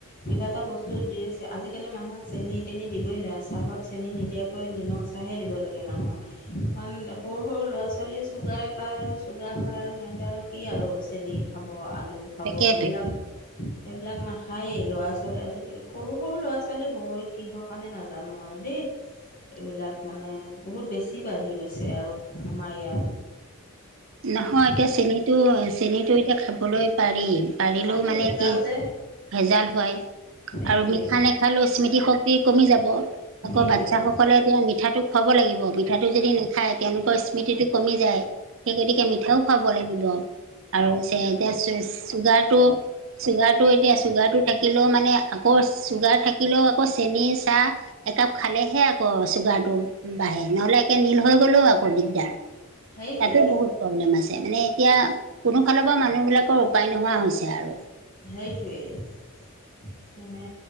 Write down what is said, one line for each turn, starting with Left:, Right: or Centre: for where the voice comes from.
Left: কিবা এটা বস্তু দি আজিকালি মানুহক চেনি তেনি দিবই নোৱাৰে চাহত চেনি নিদিয়াকৈ নিমখ - হে দিব লাগে মানুহক, কাৰণ সৰু সৰু ল'ৰা-ছোৱালীৰ চুগাৰে পাই আৰু - চুগাৰ হয় আৰু সিহঁতে আৰু কি আৰু চেনি খাব আলু খাব
Right: তাকেইতো
Left: এইবিলাক - সেইবিলাক নাখায়েই ল'ৰা-ছোৱালী আজিকালি সৰু সৰু ল'ৰা-ছোৱালী হয় কিহৰ কাৰণে নাজানো আৰু দেই।
Right: <inaudible>
Left: এইবিলাক মানে বহুত বেছি বাঢ়ি গৈছে আৰু আমাৰ ইয়াত।
Right: নহয়
Left: মানে
Right: এতিয়া চেনীটো চেনীটো এতিয়া খাবলৈ পাৰি, পাৰিলেও
Left: তাতো
Right: মানে
Left: ভেজাল
Right: কি?
Left: যে
Right: ভেজাল হয়।
Left: এইটোৱেই
Right: আৰু মিঠা নেখালেও স্মৃতি শক্তি কমি যাব আকৌ
Left: সেইটোৱেই
Right: বাচ্ছা সক- হলে এতিয়া মিঠাটো খুৱাব লাগিব মিঠাটো যদি নাখায় তেওঁলোকৰ স্মৃতিটো কমি যায়। সেই গতিকে মিঠাও খাব লাগিব আৰু এতিয়া চুগাৰটো - চুগাৰটো এতিয়া চুগাৰটো থাকিলেও মানে আকৌ চুগাৰ থাকিলেও আকৌ চেনি চাহ- একাপ খালেহে আকৌ চুগাৰ টো বাঢ়ে নহলে একে নীল হৈ গলেও আকৌ দিগদাৰ।
Left: সেইটোৱেই
Right: তাতো বহুত প্ৰব্লেম আছে মানে এতিয়া কোনো ফালৰ পৰা মানুহ বিলাকৰ উপায় নোহোৱা হৈছে আৰু।
Left: সেইটোৱে। মানে